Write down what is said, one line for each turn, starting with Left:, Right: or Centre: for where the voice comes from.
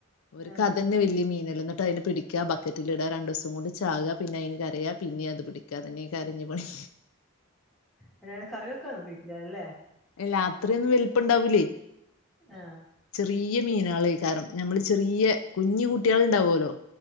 Left: ഓര്ക്ക്
Centre: ആഹ്
Left: അത് തന്നെ വലിയ മീനല്ലെ ന്നട്ട് അതിനെ പിടിക്കുക ബക്കറ്റിൽ ഇട രണ്ടു ദിവസം കൊണ്ട് ചാവുക പിന്നെ അതിന് കരയാ പിന്നേം അത് പിടിക്കുക അത് തന്നേയ്കേരംഞ്ഞ് പണി
Centre: അല്ലാണ്ട്, കറിവെക്കാനുപയോഗിക്കില്ല അല്ലെ?
Left: എല്ല, അത്രയൊന്നും വെൽപ്പണ്ടാവൂലേയ്.
Centre: ആഹ്
Left: ചെറിയ്യെ മീനാളേയ്ക്കാരം. ഞമ്മള് ചെറിയ്യെ കുഞ്ഞു കുട്ട്യാളുണ്ടാവോലോ?